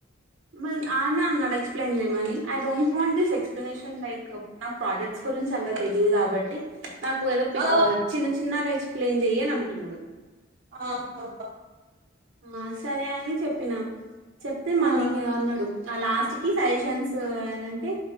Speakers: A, on the right; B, on the right.
A: మరి ఆయనే అన్నాడు ఎక్స్ప్లెయిన్ చేయమని I don't want this explanation like నాకు ప్రాజెక్ క్ట్ గురించి అంత తెలిదు కాబట్టి నాకు ఏదో ప్
B: ఆ
A: చిన్న చిన్నగా ఎక్ ప్లైన్ చెయ్యి అని అంటున్నాడు
B: ఆహా
A: ఆ సరే అని చెప్పిన చెప్తే మళ్ళీ
B: ఆ
A: ఇంగ ఏదో అన్నాడు ఆ లాస్ట్ కి సజెషన్స్ షేన్స్ అని అంటే